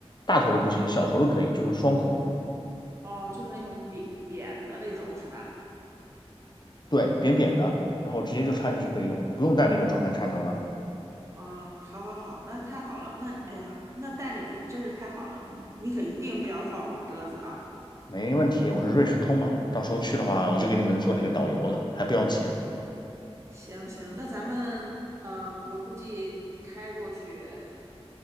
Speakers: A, on the left; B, on the right.
A: 大头的不行，小头的可以，就是双孔的，
B: 哦，就是那种扁扁的那种是吧？
A: 对，扁扁的，然后直接就插进去可以用，不用带那个转换插头了，
B: 哦，好好好，那太好了。那哎呀，那带着你真是太好了，你可一定不要放我鸽子啊。
A: 没问题。我是瑞士通嘛，到时候去的话我就给你们做那个导游了，还不要钱。
B: 行行，那咱们嗯、呃我估计开过去